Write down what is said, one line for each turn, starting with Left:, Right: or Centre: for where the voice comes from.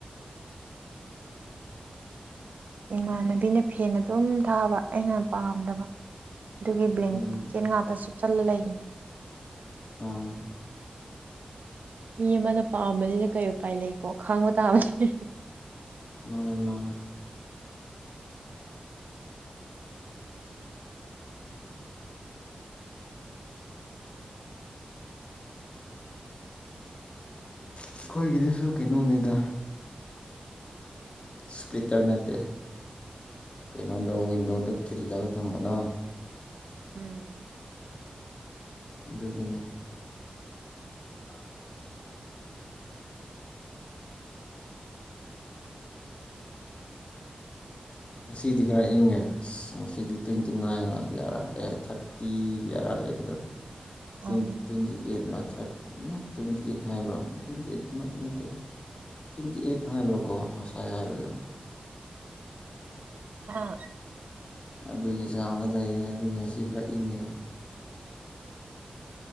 Right: ꯏꯃꯥꯟꯅꯕꯤꯅ ꯐꯦꯟ ꯑꯗꯨꯝ ꯊꯥꯕ ꯑꯩꯅ ꯄꯥꯝꯗꯕ ꯑꯗꯨꯒꯤ ꯕ꯭ꯂꯤꯡ
Left: ꯎꯝ
Right: ꯀꯦꯟ ꯉꯥꯇ ꯁꯨꯞꯆꯜꯂ ꯂꯩꯒꯅꯤ
Left: ꯑ
Right: ꯃꯤ ꯑꯃꯅ ꯄꯥꯝꯕꯅꯤꯅ ꯀꯔꯤ ꯎꯄꯥꯏ ꯂꯩꯀꯣ ꯈꯥꯡꯕ ꯇꯥꯕꯅꯦ
Left: ꯃꯣꯔꯦ ꯃꯥ ꯑꯩꯈꯣꯏꯒꯤꯗꯨꯁꯨ ꯀꯩꯅꯣꯅꯤꯗ ꯏꯁꯄꯤ꯭ꯔꯤꯇꯥꯔ ꯅꯠꯇ ꯀꯩꯅꯣꯗ ꯋꯤꯟꯗꯣꯗ ꯈꯤꯜꯂꯒ ꯊꯝꯕꯗꯣ
Right: ꯎꯝ
Left: ꯑꯗꯨꯗꯨꯅꯤ <inaudible> ꯁꯤꯗꯤ ꯈꯔ ꯏꯪꯉꯦ ꯑꯁ ꯁꯤꯗꯤ ꯇ꯭ꯋꯦꯟꯇꯤ ꯅꯥꯏꯟ ꯂꯥꯛ ꯌꯥꯔꯥ ꯑꯦ ꯊꯥꯔꯇꯤ ꯇꯔꯥ ꯂꯩꯕꯗꯣ ꯇ
Right: ꯑꯣ
Left: ꯇ꯭ꯋꯦꯟꯇꯤ ꯑꯩꯠꯅ ꯊꯥꯔꯠ ꯇ꯭ꯋꯦꯟꯇꯤ ꯑꯩꯠ ꯍꯥꯏꯕ꯭ꯔꯥ ꯇ꯭ꯋꯦꯟꯇꯤ ꯑꯩꯠꯇꯃꯛꯇꯀꯤ ꯅꯠꯇꯦ ꯇ꯭ꯋꯦꯟꯇꯤ ꯑꯦꯠ ꯍꯋꯕ ꯔꯣꯀꯣ ꯍꯁꯥꯏ ꯍꯕꯗ
Right: ꯑꯥ
Left: ꯑꯗꯨꯒꯤ ꯆꯥꯡꯗ ꯂꯩꯌꯦ ꯑꯗꯨꯒꯤ ꯉꯁꯤ ꯈꯔ ꯏꯪꯉꯦꯕ